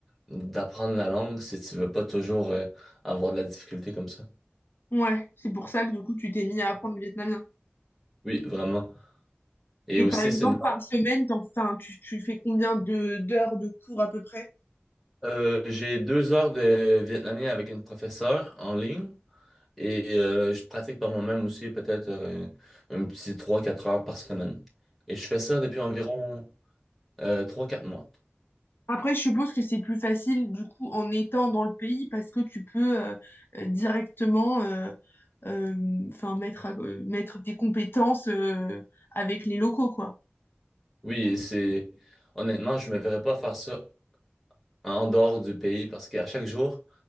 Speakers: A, in the centre; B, on the left (about 60°).
A: d'apprendre la langue si tu veux pas toujours euh, avoir de la difficulté comme ça.
B: Ouais, c'est pour ça que du coup, tu t'es mis à apprendre le vietnamien.
A: Oui, vraiment. Et
B: Et
A: aussi,
B: par exemple,
A: c'est une-
B: par semaine, t'en, enfin, tu, tu fais combien de d'heures de cours à peu près?
A: Euh, j'ai deux heures de vietnamien avec une professeure en ligne. Et euh, je pratique par moi-même aussi peut-être euh, un petit trois quatre heures par semaine. Et je fais ça depuis environ euh, 3-4 mois.
B: Après, je suppose que c'est plus facile du coup en étant dans le pays parce que tu peux euh, euh, directement euh, euh, enfin, mettre, à- euh, mettre tes compétences euh, avec les locaux, quoi.
A: Oui, et c'est honnêtement, je ne me verrais pas faire ça en dehors du pays parce qu'à chaque jour,